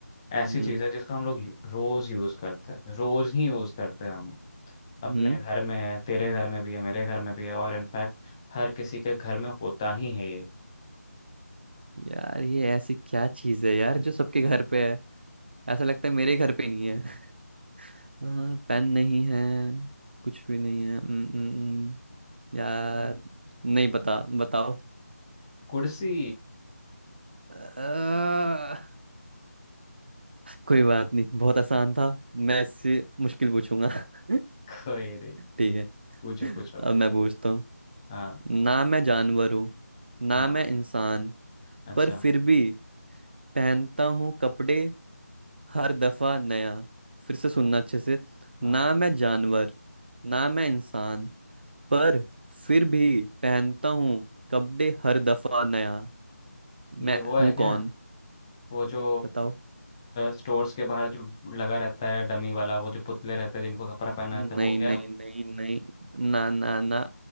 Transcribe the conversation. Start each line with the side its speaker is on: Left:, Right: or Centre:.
Left: ऐसी
Right: हम्म
Left: चीज है जिसका हम लोग रोज यूज करते हैं रोज ही यूज करते हैं हम अपने
Right: हम्म
Left: घर में है तेरे घर में भी है मेरे घर में भी है और इनफैक्ट हर किसी के घर में होता ही है ये
Right: यार ये ऐसी क्या चीज है यार जो सबके घर पे है ऐसा लगता है मेरे घर पे नहीं है <laughs> हाँ पेन नहीं है कुछ भी नहीं है हम्म हम्म, हम्म। यार नहीं बता बताओ
Left: कुर्सी
Right: अ, कोई बात नहीं बहुत आसान था मैं इससे मुश्किल पूछूंगा <laughs>
Left: कोई नहीं
Right: ठीक है
Left: पूछो पूछो
Right: अब मैं पूछता हूँ
Left: हाँ
Right: ना मैं जानवर हूँ ना
Left: हाँ
Right: मैं इंसान
Left: अच्छा
Right: पर फिर भी पहनता हूँ कपड़े हर दफा नया फिर से सुनना अच्छे से
Left: हाँ
Right: ना मैं जानवर ना मैं इंसान पर फिर भी पहनता हूँ कपड़े हर दफा नया
Left: ये
Right: मैं
Left: वो है
Right: हूँ
Left: क्या
Right: कौन
Left: वो जो
Right: बताओ
Left: स्टोर्स के बाहर जो लगा रहता है डमी वाला वो जो पुतले रहते हैं जिनको कपड़ा पहना
Right: नहीं
Left: रहता है वो क्या
Right: नहीं नहीं नहीं ना ना ना